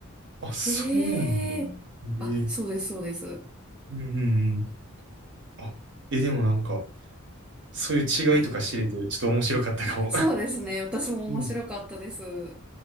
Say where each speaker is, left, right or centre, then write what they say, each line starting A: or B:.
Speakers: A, on the right; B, in the centre.
A: あ、そうなんだね。
B: へえ。あ、
A: ええ
B: そうです、そうです。
A: うんうんうん。あ、え、でもなんか、そういう違いとか知れて、
B: はい。
A: ちょっと面白かったかも。
B: そうですね。私も面白かったです。
A: <laughs>